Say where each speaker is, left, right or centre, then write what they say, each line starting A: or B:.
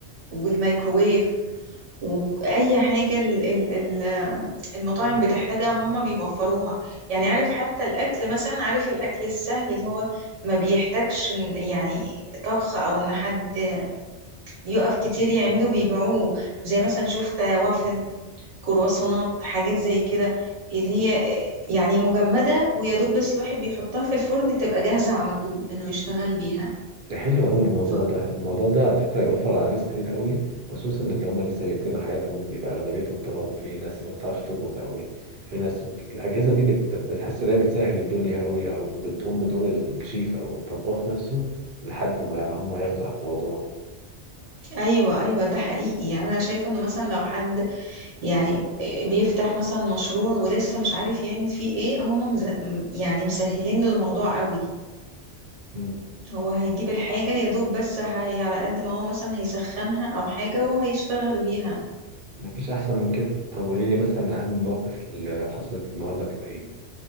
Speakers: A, on the right; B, on the right.
A: والميكروويف واي حاجه ال- ال- ال- المطاعم بتحتاجها هما بيوفروها يعني عارف حتى الاكل مثلا عارف الاكل السهل اللي هو ما بيحتاجش إن- يعني طبخ او ان حد يقف كتير يعمله بيبيعوه زي مثلا شفت وافل كرواسونات حاجات زي كده اللي هي يعني مجمدة ويا دوب بس الواحد بيحطها في الفرن تبقى جاهزة على طول انه يشتغل بيها
B: ده حلو قوي الموضوع
A: ف...
B: ده الموضوع ده على فكرة هيوفر على ناس كتير قوي خصوصا اللي هم لسه بيبتدوا حياتهم يبقى أغلبيتهم طبعا في ناس ما بتعرفش تطبخ قوي في ناس في الأجهزة دي بت... بتحس إن هي بتسهل الدنيا قوي أو بتقوم بدور الشيف أو الطباخ نفسه لحد ما هم ياخدوا على الموضوع
A: ايوه ايوه ده حقيقي يعني انا شايفه انه مثلا لو حد يعني آه، بيفتح مثلا مشروع ولسه مش عارف يعمل فيه ايه هما مز... يعني مسهلين له الموضوع قوي
B: مم.
A: هو هيجيب الحاجة يا دوب بس هي على قد ما هو مثلا هيسخنها أو حاجة وهيشتغل بيها
B: مفيش أحسن من كده طب قولي لي مثلا أهم المواقف اللي حصلت النهاردة كانت إيه؟